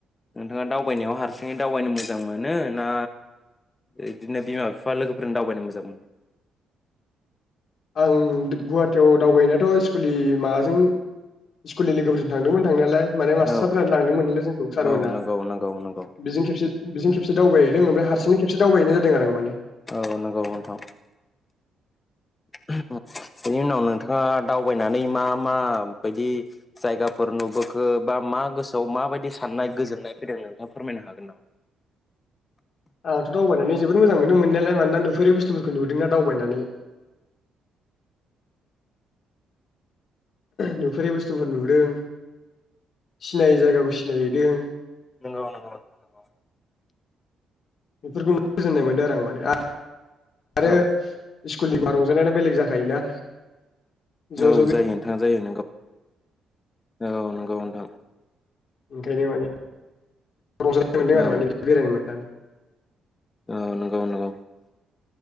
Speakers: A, on the left; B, on the left.
A: नोंथाङा दावबायनायाव हारसिङै दावबायनो मोजां मोनो ना इदिनो बिमा-बिफा लोगोफोरजों दावबायनो मोजां मोनो?
B: आं गुवाहाटियाव दावबायनायाथ' स्कुलनि माबाजों स्कुलनि लोगोफोरजों थांदोंमोन थांनायालाय माने मास्टारफोरा
A: औ
B: लांदोंमोनालै जोंखौ सारमोना
A: औ नंगौ नंगौ नंगौ
B: बेजों खेबसे बेजों खेबसे दावबायहैदों ओमफ्राय हारस हारसिंबो खेबसे दावबायहैनाय जादों आरो माने।
A: औ नंगौ नोंथां <unintelligible> बेनि उनाव नोंथाङा आ दावबायनानै मा मा बायदि जायगाफोर नुबोखो बा मा गोसोआव माबायदि साननाय गोजोननाय फैदों नोंथाङा फोरमायनो हागोन नामा?
B: आंथ' दावबायनानै जोबोद मोजां मोनो मोननायालाय मानोना नुफेरै बुस बुस्थुफोरखौ नुदोंना दावबायनानै नुफेरै बुस्थुफोर नुबोदों सिनायै जायगाखौ सिनायहैदों
A: नंगौ नंगौ नोंथां <unintelligible>
B: बेफोरखौ <unintelligible> गोजोननाय मोनदों आरो आं माने <unintelligible> आरो
A: औ
B: कुलनिबा रंजानायानो बेलेग जाखायोना ज'
A: औ
B: ज' बे
A: जायो नोंथां जायो नंगौ औ नंगौ नोंथां
B: ओंखायनो माने रंजानाय मोनदों
A: औ
B: आरो माने बेदि बेरायनो मोननानै।
A: औ नंगौ-नंगौ